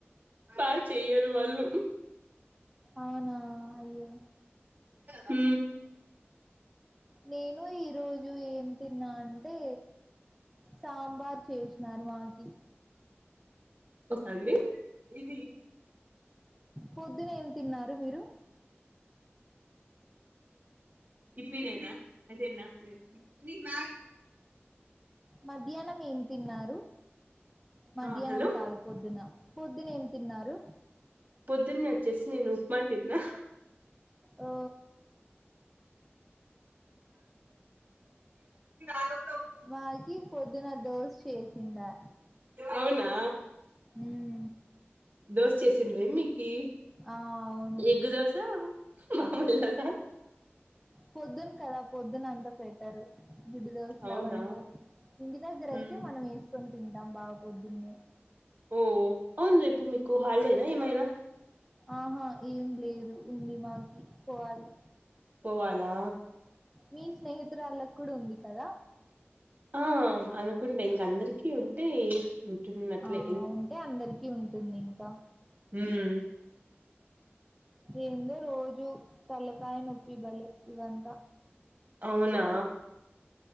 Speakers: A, on the right (about 45°); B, in the centre.
A: బా చెయ్యరు వాళ్ళు
B: అవునా అయ్యో
A: ఉ
B: నేను ఈ రోజు ఏం తిన్నా అంటే సాబార్ చేషినారు మాకి
A: అండి ఇది
B: పొద్దున ఏం తిన్నారు మీరు
A: ఇప్పినేనా అదేనా మ
B: మధ్యానం ఏం తిన్నారు మధ్యానం
A: ఆ హలో
B: కాదు పొద్దున పొద్దున ఏం తిన్నారు
A: పొద్దున్న వచ్చేసి నేను ఉప్మా తిన్నా
B: ఓ
A: <unintelligible>
B: వాళ్ళకి పొద్దున్న దోశ చేసిందా
A: అవునా
B: ఉం
A: దోశ చేసిందేమి కి
B: ఆ అవును
A: ఎగ్ దోస మాములు దోస
B: పొద్దున్న కదా పొద్దున్న అంతా పెట్ గుడ్డు దోశలు
A: అవునా
B: అవంతా ఇంటి దగ్గర అయితే
A: ఉమ్
B: మనం వేసుకొని తింటాం బా పొద్దున్నే
A: ఓ అవును రేపు మీకు హలి డేన ఏమైనా
B: ఆహా ఏం లేదు ఉంది మాకి పోవాలి
A: పోవాలా
B: మీ స్నేహితురాళ్ళకు కూడా ఉంది కదా
A: ఆ అనుకుంటే ఇంక అందరికి ఉంటే ఉంటున్నట్లే
B: ఆ ఉంటే అందరికి ఉంటుంది ఇంకా
A: ఉం
B: ఏందో రోజు తల్లకాయ నొప్పి ఇ బ్వలేె <unintelligible> ఇవంతా
A: అవునా